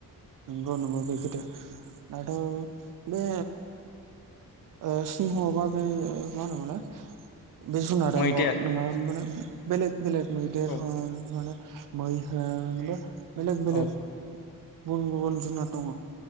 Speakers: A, on the right (about 60°); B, on the left (about 75°).
A: नंगौ नंगौ बे खोथाया आंथ' बे ओ सिंह बा बे मा होनोमोनलाय? बे जुनाराल'
B: मैदेर
A: नङा माने बेलेग बेलेग मैदेर
B: औ
A: माने मै होन बा बेलेग बेलेग
B: औ
A: गुबुन गुबुन जुनाद दङ।